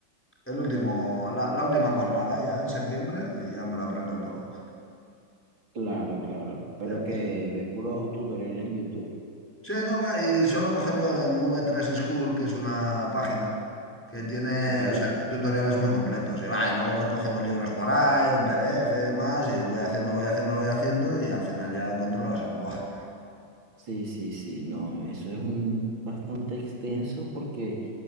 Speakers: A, in the centre; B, on the right (about 80°).
A: el último, la, la última cornada ya en septiembre y ya me lo aprendo el todo.
B: Claro, claro. Pero
A: Eh,
B: que ve puros tutoriales en YouTube.
A: Sí, no va, y solo coger yo en v tres School, que es una página que tiene,
B: ¿Ok?
A: o sea, tiene tutoriales muy completos. Y va, y luego voy cogiendo libros por ahí, en PDF y demás, y voy haciendo, voy haciendo, voy haciendo, y al final ya controlas el lenguaje.
B: Sí, sí, sí. No, eso es un bastante extenso porque